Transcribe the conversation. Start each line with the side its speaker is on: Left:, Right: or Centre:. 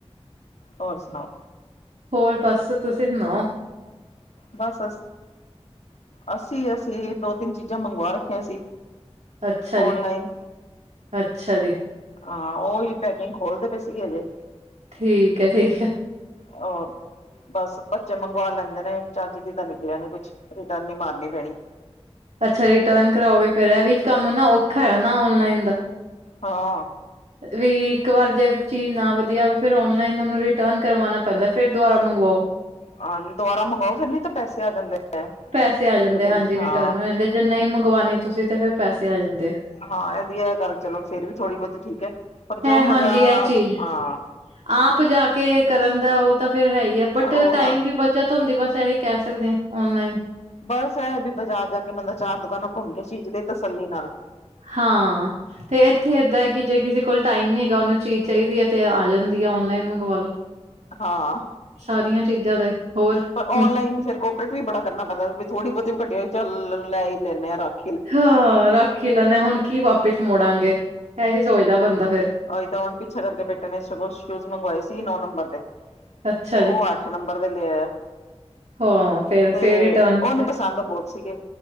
Left: ਹੋਰ ਸੁਨਾਓ
Right: ਹੋਰ ਬਸ ਤੁਸੀਂ ਸਨਾਓ
Left: ਬਸ ਅਸੀਂ-ਅਸੀਂ ਦੋ ਤਿੰਨ ਚੀਜ਼ਾਂ ਮੰਗਵਾ ਰੱਖੀਆਂ ਸੀ।
Right: ਅੱਛਾ ਜੀ-ਅੱਛਾ
Left: ਔਨਲਾਈਨ
Right: ਜੀ।
Left: ਹਾਂ ਓਹੀ ਪੈਕਿੰਗ ਖੋਲਦੇ ਪਏ ਸੀਗੇ ਹੈਗੇ।
Right: ਠੀਕ ਐ-ਠੀਕ ਐ।
Left: ਹੋਰ ਬਸ ਬੱਚ ਚੇ ਮੰਗਵਾ ਲੈਂਦੇ ਨੇ ਚੱਜ ਦੀ ਤਾਂ ਨਿਕਲਿਆ ਨੇ ਕੁਛ, ਰਿਟਰਨ ਹੀ ਮਾਰਨੀ ਪੈਣੀ ਏ।
Right: ਅੱਛਾ ਜੀ ਰਿਟਰਨ ਕਰਾਓਗੇ ਫੇਰ ਇਹ ਵੀ ਕੰਮ ਨਾ ਔਖਾ ਹੈ ਹਨਾ ਔਨਲਾਈਨ ਦਾ।
Left: ਹਾਂ।
Right: ਵੀ ਇੱਕ ਵਾਰ ਜੇ ਚੀਜ਼ ਨਾ ਵਧੀਆ ਆਏ ਫੇਰ ਓਨਲਾਈਨ ਉਹਨੂੰ ਰਿਟਰਨ ਕਰਵਾਉਣਾ ਪੈਂਦਾ। ਫੇਰ ਦੁਬਾਰਾ ਮੰਗਵਾਓ।
Left: ਹਾਂ ਦੁਬਾਰਾ ਮੰਗਵਾਓ ਫੇਰ ਨੀ ਤਾਂ ਪੈਸੇ ਆ ਜਾਂਦੇ ਹੈ,
Right: ਪੈਸੇ ਆ
Left: ਇੱਕ
Right: ਜਾਂਦੇ
Left: ਦਿਨ
Right: ਹਾਂਜੀ
Left: ਚ ਹਾਂ।
Right: ਰਿਟਰਨ ਹੋ ਜਾਂਦੀ ਜੇ ਨਈ ਮੰਗਵਾਉਣੀ ਤੁਸੀਂ ਤੇ ਫੇਰ ਪੈਸੇ ਆ ਜਾਂਦੇ ਆ।
Left: ਹਾਂ ਇਹਦੀ ਆ ਗੱਲ ਚਲੋ ਫੇਰ ਵੀ ਥੋੜੀ ਬੋਹੁਤੀ ਠੀਕ ਹੈ, ਪਰ ਜੋ
Right: ਹੈ
Left: ਮਜ਼ਾ
Right: ਹਾਂਜੀ ਇਹ ਚੀਜ਼
Left: ਹਾਂ
Right: ਆਪ ਜਾ ਕੇ ਕਰਨ ਦਾ ਉਹ ਤਾਂ ਫੇਰ ਹੈ ਹੀ ਹੈ, ਬਟ
Left: ਉਹ
Right: ਟਾਈਮ
Left: ਹਾਂ
Right: ਵੀ ਬ ਚਤ ਹੁੰਦੀ ਬਸ ਇਹੀ ਕਹਿ ਸਕਦੇ ਹਾਂ ਔਨਲਾਈਨ।
Left: ਬਸ ਇਹ ਵੀ ਬਾਜ਼ਾਰ ਜਾ ਕੇ ਬੰਦਾ ਚਾਰ ਦੁਕਾਨਾਂ ਕੁੱਮ ਕੇ ਚੀਜ ਲਏ ਤਸੱਲੀ ਨਾਲ।
Right: ਹਾਂ। ਤੇ ਇੱਥੇ ਏਦ ਹੈ ਕਿ ਜੇ ਕਿਸੇ ਕੋਲ ਟਾਈਮ ਨੀ ਹੈਗਾ ਉਹਨੂੰ ਚੀਜ਼ ਚਾਹੀਦੀ ਹੈ ਤੇ ਆ ਜਾਂਦੀ ਹੈ ਓਨਲਾਈਨ ਮੰਗਵਾ ਲੋ।
Left: ਹਾਂ।
Right: ਸਾਰੀਆਂ ਚੀਜ਼ਾਂ ਦਾ ਹੋਰ।
Left: ਪਰ ਔਨਲਾਈਨ
Right: ਹਮ
Left: ਫੇਰ ਕੋਪਰੇਟ ਵੀ ਬੜਾ ਕਰਨਾ ਪੈਂਦਾ ਵੀ ਥੋੜੀ ਬੋਹਤੀ ਵੀ ਘਟੀ ਚੱਲ ਲੈ ਹੀ ਲੈਂਦੇ ਆਂ ਰਾੱਖ।
Right: ਹਾਂ ਰਾਖੀ ਲੈਂਨੇ ਹਾਂ ਹੁਣ ਕੀ ਵਾਪਿਸ ਮੁੜਾਂਗੇ ਇਹੀ ਸੋਚਦਾ ਬੰਦਾ ਫੇਰ।
Left: ਏਦ ਹੁਣ ਪਿੱਛੇ ਕਰਕੇ ਬੇਟੇ ਨੇ ਸ਼ੂਜ ਮੰਗਵਾਏ ਸੀ ਨੌ ਨੰਬਰ ਦੇ।
Right: ਅੱਛਾ
Left: ਉਹ
Right: ਜੀ
Left: ਅੱਠ ਨੰਬਰ ਦੇ ਲੇ ਆਇਆ।
Right: ਹਾਂ। ਫੇਰ
Left: ਤੇ
Right: ਫੇਰ ਰਿਟਰਨ
Left: ਉਹਨੂੰ
Right: ਤੇ
Left: ਪਸੰਦ ਬੋਹਤ ਸੀਗੇ,